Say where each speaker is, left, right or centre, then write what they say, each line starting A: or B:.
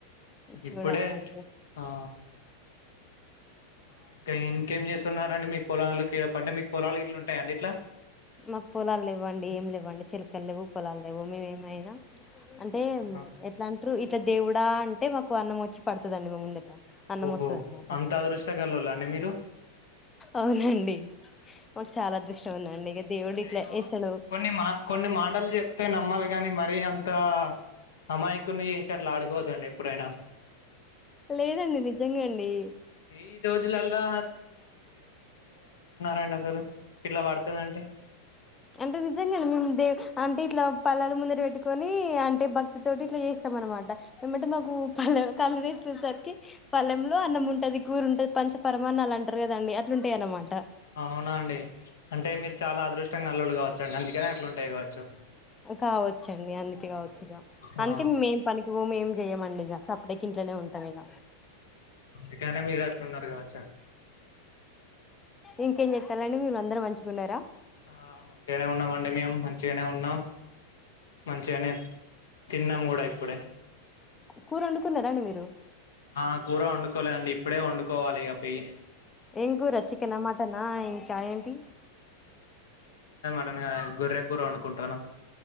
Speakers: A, on the left; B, on the left.
A: చూడండి
B: ఇప్పుడే
A: మంచిగా
B: ఆ ఆ ఇంకా ఇంకేం చేస్తున్నారు అండి మీ పొలాలకి అంటే మీ పొలాలు గిట్ల ఉంటాయండి ఇట్లా
A: మాకు పొలాలెవ్వండి ఏమి లేవండి చిలికలు లేవు పొలాలు లేవు మేమేమైనా అంటే
B: ఆహా
A: ఎట్లాంటి ఇట్లా దేవుడ అంటే మాకు అన్నం వచ్చి పడుతుదండి మా ముంగట అన్నం
B: ఓహో
A: వస్తద అన్నమాట
B: అంత అదృష్టగాళ్ళోళ్ళ అండి మీరు
A: అవునండి మాక్ చాలా అదృష్టం ఉందండి దేవుడు
B: అంటేగో
A: ఇట్లా వేస్తాడు
B: కొన్ని మా కొన్ని మాటలు చెప్తే నమ్మాలి కాని మరి అంత అమాయికున్ని చేసి అట్లా ఆడుకోద్దండి ఎప్పుడైనా
A: లేదండి నిజంగా అండి
B: ఈ రోజులల్లా అండి అసలు ఇట్లా పడుతాదంటే
A: అంటే నిజంగా మేము దే అంటే, ఇట్లా పల్లాలు ముందర పెట్టుకొని, అంటే భక్తితోటి ఇట్లా చేస్తాం అనమాట. ఎమ్మట మాకు పలేద్ కళ్ళు తీసేసరికి పళ్లెంలో అన్నం ఉంటది. కూర ఉంటది. పంచ పరమాన్నలు అంటారు కదండి. అట్లుంటాయి అన్నమాట.
B: అవునా అండి అంటే మీరు చాలా అదృష్ ఇష్టంగా అల్లుల్లు కావచ్చు అండి. అందుకే అట్లుంటాయి కావచ్చు.
A: కావచ్చండి అందుకే కావచ్చు ఇగ
B: ఆ
A: అందుకే మేం పనికి పోము ఏం చెయ్యమండి ఇగ సప్పుడ్ కి ఇంట్లోనే ఉంటాం ఇగ
B: అందుకనే మీరు అట్లున్నారు కావచ్చు అన్
A: ఇంకేం చెతాలండి మీరు అందరు మంచిగున్నారా
B: ఆ మంచిగానే ఉన్నాం అండి మేము మంచిగనే ఉన్నాం. మంచిగనే తిన్నాము కూడా ఇప్పుడే
A: కూర వండుకున్నారండి మీరు
B: ఆ కూర వండుకోలే అండి ఇప్పుడే వండుకోవాలి ఇగ పెయి
A: ఎంకూరా చికెన మటనా ఇంకా ఏంటి
B: ట్టన్నగాని గొర్రె కూర వండుకుంటారా